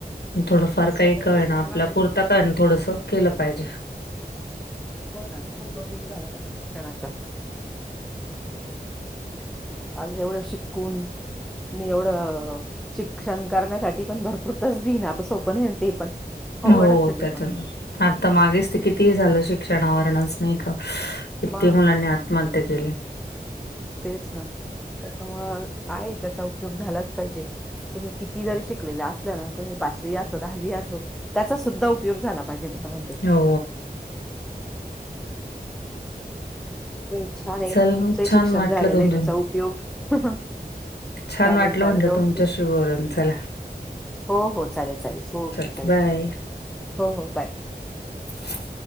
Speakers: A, on the left; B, in the centre.
A: थोडंफार काई
B: त्याचा उपयोग
A: का होयना आपला
B: झाला पाहिजे
A: पुरता का होयना थोडस केलं पायजे.
B: हो ना <unintelligible> शिक्षणाचा आज एवढं शिकून मी एवढं शिक्षण करण्यासाठी पण भरपूर तसदियना आता सोपं नई न ते पण अवघडच
A: हो
B: आहे
A: त्याच्यान
B: ते पण
A: आता मागेच ते कितीही झालं शिक्षणावरणच नई का किती
B: मग
A: मुलांनी आत्महत्या केल्या.
B: तेच ना त्याच्यामुळं आहे त्याचा उपयोग झालांच पायजे तुम्ही किती जरी शिकलेल्या अस -ल्यानं तुम्ही पाचवी असो दहावी असो त्याचा सुध्दा उपयोग झाला पायजे मी त म्हणते
A: हो
B: छाने
A: चल
B: तुमचंई
A: मग
B: शिक्षण
A: छान वाटलं
B: झालेलंय
A: तुमच
B: त्याचा उपयोग
A: छान
B: चालेल
A: वाटलं
B: चालेल
A: म्हणलं
B: ओके.
A: तुमच्याशी बोलून चला
B: हो हो चालेल चालेल ओके
A: चल
B: चालेल
A: बाय.
B: हो हो बाय.
A: ह <inaudible>